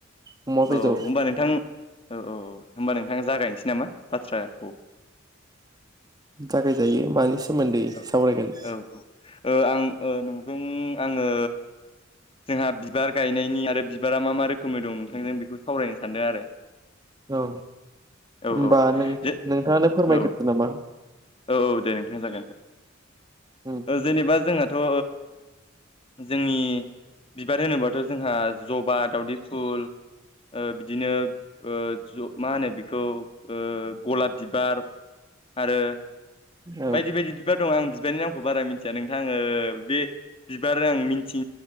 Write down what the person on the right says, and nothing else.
अमा बेदर
जागायजायो मानि सोमोन्दै
सावरायगोन?
औ।
होनोमबा
नों
नोंथाङानो फोरमायग्रोदो
नामा?
उम
औ।